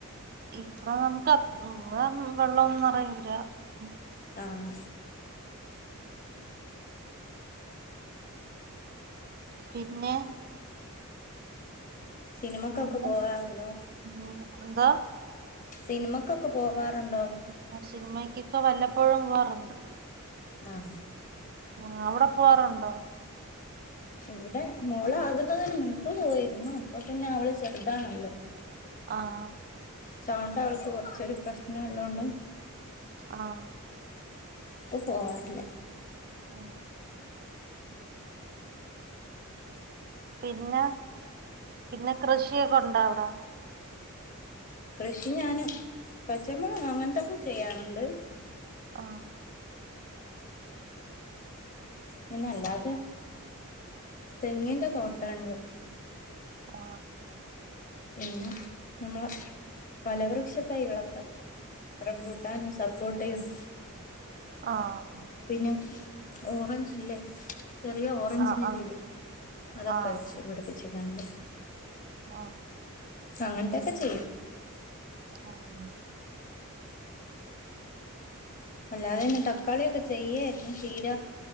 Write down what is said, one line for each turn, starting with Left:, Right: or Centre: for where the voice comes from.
Right: ഇപ്പ ന എ വെള്ളം ഒന്നും അറയി ഇ
Left: ആഹ
Right: പിന്നെ
Left: സിനിമക്കൊക്കെ
Right: പിന്നെ
Left: പോവാറല്ലോ
Right: ഉം എന്താ
Left: സിനിമക്കൊക്കെ പോവാ ുണ്ടോ
Right: സിനിമക്കൊക്കെ വല്ലപ്പോഴും പോവാറുണ്ട്
Left: ആഹ
Right: ആ അവിടെ പോവാറുണ്ടോ
Left: ഇവിടെ മോളാകുന്നതിന് മുൻപ് പോയിരുന്നു അപ്പൊ പിന്നെ അവള് ചെറുതാണല്ലോ
Right: ആഹ്
Left: ചൗണ്ട അവ കോർച് പ്രശനമാ ള്ളണ്ട്
Right: ആഹ്
Left: അപ്പൊ പോവാറില്ല
Right: ആ പിന്നെ പിന്നെ കൃഷിയൊക്കെ ഉണ്ടാവട
Left: കൃഷി ഞാനും പച്ചമുളക് അങ്ങനത്തൊക്കെ ചെയ്യറുണ്ട്
Right: ആഹ
Left: പിന്നെ അല്ലാതെ തെങ്ങിന്റെ തോട്ടണ്ട്
Right: കോ
Left: പിന്നെ നമ്മളെ പലവൃക്ഷ തൈകളൊക്കെ റംബുട്ടാന് സപ്പോട്ട തയ്യും
Right: ആഹ്
Left: പിന്നെ ഓറഞ്ച് ഇല്ലേ ചെറിയ ഓറഞ്ചിന്റെ
Right: ആഹ്
Left: ചെടി അതൊക്കെ
Right: ആഹ്
Left: വച്ച് പിടിപ്പിച്ചിട്ടുണ്ട്
Right: ആ
Left: അങ്ങൻത്തെക്കെച്ച
Right: ആഹ്
Left: അല്ലാതെ പിന്നെ തക്കാളിയൊക്കെ ചെയ്യായിരുന്നു ചീര